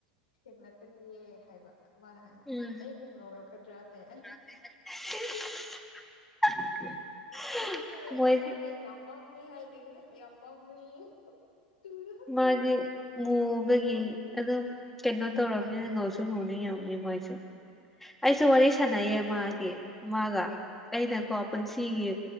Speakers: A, on the left; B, in the centre.
A: ꯁꯦꯡꯂꯛꯀꯅꯤꯌꯦ ꯍꯥꯏꯕ ꯃꯥꯅ ꯍꯥꯏ
B: ꯎꯝ
A: ꯑꯩꯕꯨ ꯉꯧꯔꯛꯀꯗ꯭ꯔꯥꯅꯦ
B: <unintelligible>
A: ꯑꯩꯕꯨ ꯉꯧꯔꯀꯗ꯭ꯔꯥꯅ
B: ꯃꯣꯏ
A: ꯌꯥꯝ ꯃꯝꯃꯦ ꯍꯥꯏꯗꯤꯅ ꯌꯥꯝ ꯃꯝꯃꯦ ꯀꯨꯆꯨꯗꯣ
B: ꯃꯥꯗꯤ ꯃꯨꯕꯒꯤ ꯑꯗꯨꯝ ꯀꯩꯅꯣ ꯇꯧꯔꯝꯅꯤꯅ ꯉꯧꯁꯨ ꯉꯧꯅꯤꯡꯉꯝꯅꯤ ꯃꯣꯏꯁꯨ ꯑꯩꯁꯨ
A: ꯑꯣ
B: ꯋꯥꯔꯤ ꯁꯥꯟꯅꯩꯌꯦ ꯃꯥꯒꯤ ꯃꯥꯒ
A: ꯑꯥ
B: ꯑꯩꯅꯀꯣ ꯄꯨꯟꯁꯤꯒꯤ